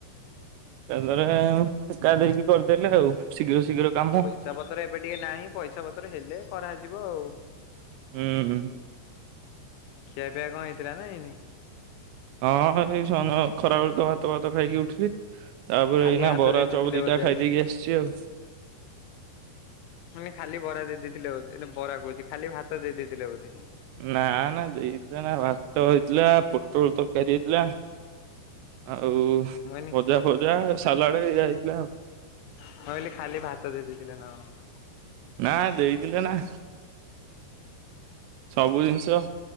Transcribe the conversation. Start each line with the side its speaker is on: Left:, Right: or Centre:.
Right: ତାଙ୍କର ଠେକା, ଦେଇକି କରିଦେଲେ ଆଉ। ଶୀଘ୍ର ଶୀଘ୍ର କାମ
Left: ଚା ପତର ଏବେ ଟିକେ ନାହିଁ। ପଇସା ପତ୍ର ହେଲେ କରାଯିବ ଆଉ।
Right: ହୁଁଁ ହୁଁ।
Left: ଖିଆ ପିଆ କଣ, ହେଇଥିଲା ନା ହେଇନି?
Right: ହଁ ଏଇ <unintelligible> ଖରାବେଳେ ତ ଭାତ ଫାତ ଖାଇକି ଉଠିଲି। ତାପରେ
Left: ଖାଲି
Right: ଏଇନା
Left: ଭାତ
Right: ବରା
Left: ଦେଇ ଦେଇଥିଲେ
Right: ଚପ୍ ଦିଟା
Left: ବୋଧେ
Right: ଖାଇଦେଇକି
Left: ଆଜି।
Right: ଆସିଛି ଆଉ।
Left: ମ ଖାଲି ବରା ଦେଇଥିଲେ ବୋଧେ, ବରା କହୁଛି ଖାଲି ଭାତ ଦେଇ ଦେଇଥିଲେ ବୋଧେ?
Right: ନାଁ ନାଁ <unintelligible> ଭାତ ହେଇଥିଲା, ପୋଟଳ ତରକାରୀ ହେଇଥିଲା ଆଉ-ଉ-ଉ-ଉ
Left: ମୁଁ କହିଲି
Right: ଭଜା ଫଜା ସାଲାଡ ଇଆ ହେଇଥିଲା ଆଉ।
Left: କହିଲି ଖାଲି ଭାତ ଦେଇ ଦେଇଥିଲେ ନା କଣ।
Right: ନା, ଦେଇଥିଲେ ନା। ସବୁ ଜିନିଷ।